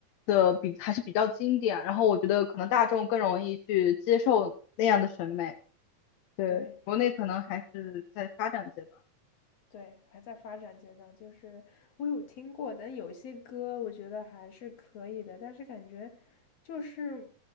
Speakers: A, on the left (about 75°); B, on the left (about 55°).
A: 的比还是比较经典。然后我觉得可能大众更容易去接受那样的审美。对，
B: 对，
A: 国内可能还是在发展阶段。
B: 嗯。对，还在发展阶段，就是我有听过，但有些歌我觉得还是可以的，但是感觉就是，